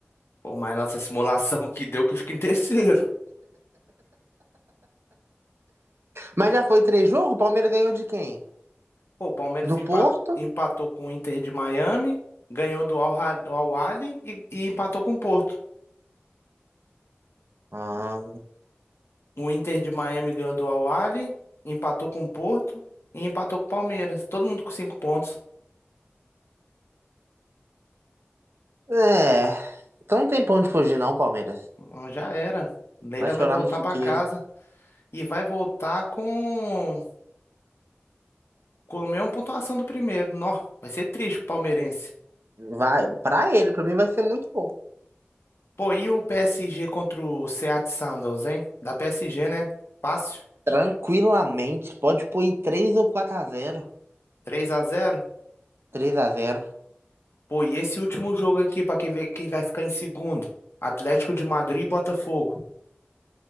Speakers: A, on the left; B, on the right.
A: Pô, mas nossa simulação que deu que fica em terceiro.
B: Mas já foi três jogos? O Palmeiras ganhou de quem?
A: Pô, o Palmeiras
B: Do
A: empa-
B: Porto?
A: empatou com o Inter de Miami, ganhou do Al Hal- Al Ahly e, e empatou com o Porto.
B: Ah,
A: O Inter de Miami ganhou do Al Ahly, empatou com o Porto e empatou com o Palmeiras. Todo mundo com cinco pontos.
B: é. Então não tem pra onde fugir, não, Palmeiras.
A: Ah, Já era. Leila
B: Vai
A: vai
B: chorar
A: voltar
B: no chiqueiro.
A: pra casa. e vai voltar com, com a mesma pontuação do primeiro. Nó, vai ser triste pro palmeirense.
B: Vai, pra ele, pra mim vai ser muito bom.
A: Pô, e o PSG contra o Seattle Sounders, hein? Da PSG, né? Fácil.
B: Tranquilamente, pode pôr aí 3 ou 4 a zero
A: três a zero
B: três a zero
A: Pô, e esse último jogo aqui pra quem vê quem vai ficar em segundo. Atlético de Madrid e Botafogo.